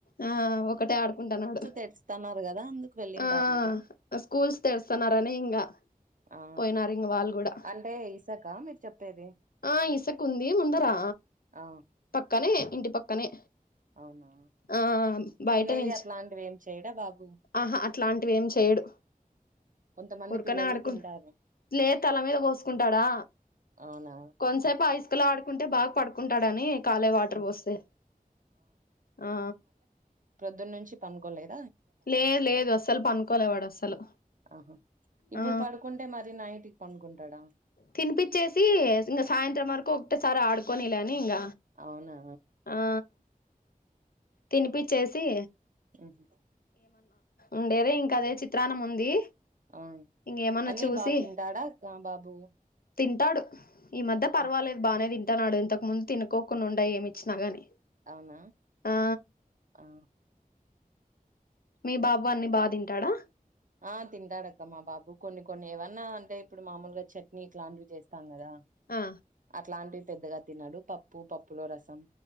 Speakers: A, on the left; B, on the right.
A: ఆ ఒకటే ఆడుకుంటాన్నాడు
B: తెరుస్తున్నారు కదా అందుకు వెళ్ళింటారులే
A: ఆ
B: కదా
A: స్కూల్స్ తెరుస్తా రనే ఇంగా
B: ఆ
A: పోయినారు ఇంగ వాళ్ళు కూడా
B: అంటే ఇసాక మీరు చెప్పేది
A: ఆ ఇసకుంది ముందరా
B: ఆ
A: పక్కనే ఇంటి పక్కనే
B: అవునా
A: ఆ బయట
B: తినేది
A: నిల్చు
B: అట్లాంటివి ఏం చెయడా బాబు
A: ఆహా అట్లాంటివి ఏం చెయడు
B: కొంతమంది
A: ఉరకనే
B: పిల్లలు
A: ఆడుకు
B: తింటారు
A: లేద్ తల మీద పోసుకుంటాడా
B: అవునా
A: కొంతసేపు ఆ ఇసుకలో అడ్ కుంటే బాగా పడుకుంటాడని కాలే వాటర్
B: ఆ
A: పోస్తే ఆ
B: ప్రొద్దున నుంచి పడుకోలేదు
A: లేదు లేదు అస్సలు పనుకోలే వాడు అస్సలు
B: ఆహా ఇప్పుడు
A: ఆ
B: పడుకుంటే మరి నైట్కి పండుకుంటాడా
A: తినిపచ్చేసి ఇంగ సాయంత్రం వరకు ఒక సరే ఆడుకొనిలే అని ఇంగ
B: అవునా
A: ఆ తినిపి చేసి
B: ఉహు
A: ఉండేదే ఇంకా అదే చిత్రాన్నం ఉంది
B: ఆవున్
A: ఇంగేమన్నా
B: అన్నీ
A: చూసి
B: బా తింటాడా ఆ బాబు
A: తింటాడు ఈ మధ్య పర్వాలేదు
B: ఆ
A: బాగానే తింటాన్నాడు ఇంతకు ముందు తినుకోకుండా ఉండే ఏమి ఇచ్చినా గాని
B: అవునా
A: ఆ
B: ఆ
A: మీ బాబు అన్ని బా తింటాడా
B: ఆ తింటాడక్క మా బాబు కొన్ని కొన్ని ఏమన్నా అంటే ఇప్పుడు మామూలుగా చట్నీ ఇట్లాంటివి చేస్తాం కదా
A: ఆ
B: అట్లాంటివ్ పెద్దగా తిన్నాడు పప్పు పప్పులో రసం